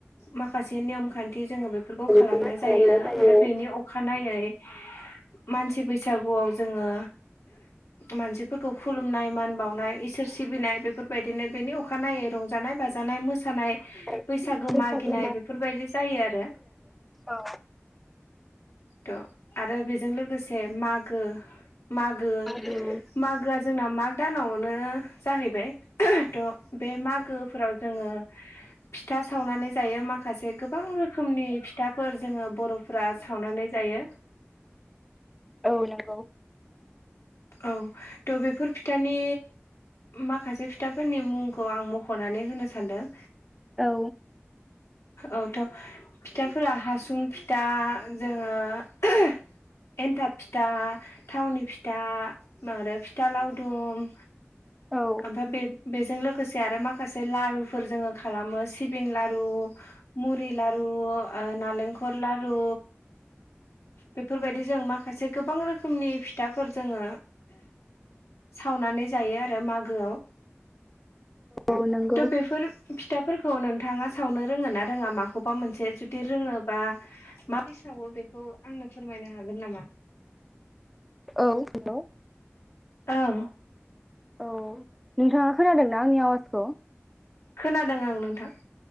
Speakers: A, on the left; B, in the centre.
A: माखासे नेयम खान्थि जोङो बेफोरखौ खालामनाय
B: औ
A: जायो आरो
B: औ
A: बेनि अखानायै मानसि बैसागुआव जोङो मानसिफोरखौ खुलुमनाय मान बावनाय इसोर सिबिनाय बेफोरबायदिनो बेनि अखानायै रंजानाय बाजानाय मोसानाय
B: बैसाग
A: बैसागो
B: बिदिनो खालामनाय जायो जेरै बैसागु
A: मागिनाय बेफोरबायदि जायो आरो
B: औ
A: थ आरो बेजों लोगोसे मागो मागो
B: आरो
A: मागोआ जोंना माग दानावनो जाहैबाय थ बे मागोफोराव जोङो फिथा सावनानै जायो माखासे गोबां रोखोमनि फिथाफोर जोङो बर फोरा सावनानै जायो
B: औ नोंगौ
A: औ थ बेफोर फि थानि माखासे फिथाफोरनि मुंखौ आं मख नानै होनो सानदों
B: औ
A: औथ' फिथाफोरा हासुं फिथा जोङो एन्थाब फिथा, थावनि फि था आरो फिथा लावदुम
B: औ
A: ओमफ्राय बे बेजों लोगोसे आरो माखासे लारुफोर जोङो खालामो सिबिं लारु, मुरि लारु, नालेंखर लारु बेफोरबायदि जों माखासे गोबां रोखोमनि फिथाफोर जोङो सावनानै जायो आरो मागोआव।
B: औ नंगौ
A: थ' बेफोर फिथाफोरखौ नोंथाङा सावनो रोङोना रोङा माखौबा मोनसे? जुदि रोङोबा मा ब्रै सावो बेखौ आंनो फोरमायनो हागोन नामा?
B: औ हेल'।
A: ओं।
B: औ नोंथाङा खोनादोंना आंनि आवाजखौ?
A: खोनादों आं नोंथां।